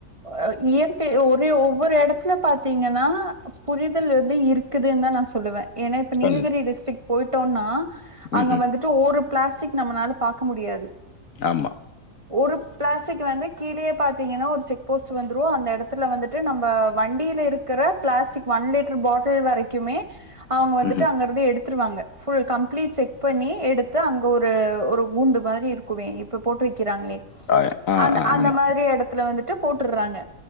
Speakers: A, on the right (about 25°); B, on the left (about 70°).
A: அ இயற்கை ஒரு ஒவ்வொரு எடத்ல பாத்தீங்கனா புரிதல் வந்து இருக்குதுன் தா நா சொல்லுவே ஏனா இப்ப நீலகிரி
B: கண்
A: டிஸ்டரிக் போயிட்டோன்னா
B: ம்.
A: அங்க
B: ம்ஹ்ம்.
A: வந்துட்டு ஒரு பிளாஸ்டிக் நம்மனால பாக்க முடியாது
B: ஆமா
A: ஒரு பிளாஸ்டிக் வந்து கீழியே பாத்தீங்கனா ஒரு செக் போஸ்டு வந்துரு அந்த எடத்துல வந்துட்டு நம்ப வண்டில இருக்கற பிளாஸ்டிக் ஒன் லிட்ரு பாட்டில் வரைக் கியூமே அவ்ங்க வந்துட்டு
B: ம்ஹ்ம்.
A: அங்கற்து எடுத்ருவாங்க ஃபுல் கம்ப்ளீட் செக் பண்ணி எடுத்து அங்க ஒரு ஒரு குண்டு மாரி இருக்குவே இப்ப போட்டு வைக்றாங்ளே
B: ஆ, ஆ,
A: அந் அந்த
B: ஆமா.
A: மாரி எடத்துல வந்துட்டு போட்டுறுறாங்க